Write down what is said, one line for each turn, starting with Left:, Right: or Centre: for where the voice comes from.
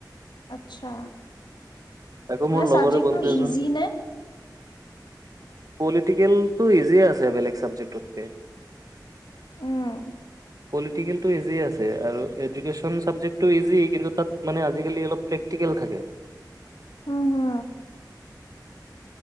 Left: আচ্ছা,
Right: আকৌ
Left: মানে
Right: মোৰ
Left: চাবজেক্টটো
Right: লগৰে বন্ধু এজন
Left: ইজি নে?
Right: পলিটিকেলতটো ইজিয়ে আছে বেলেগ চাবজেক্টতকে।
Left: উম।
Right: পলিটিকেলটো ইজি আছে আৰু এডুকেশচন চাবজেক্টটো ইজি, কিন্তু তাত মানে আজিকালি অলপ টেক প্ৰেকটিকেল থাকে।
Left: উম, হু।